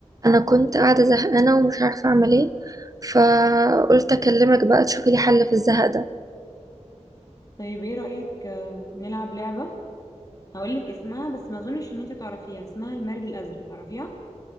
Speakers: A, on the right; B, on the left.
A: انا كنت قاعده زهقانه ومش عارفه اعمل ايه فقلت اكلمك بقى تشوفي لي حل في الزهق ده
B: طيب ايه رأيك آه، نلعب لعبة هقولك اسمها بس ما اظنش ان انت تعرفيها اسمها المارد الازرق تعرفيها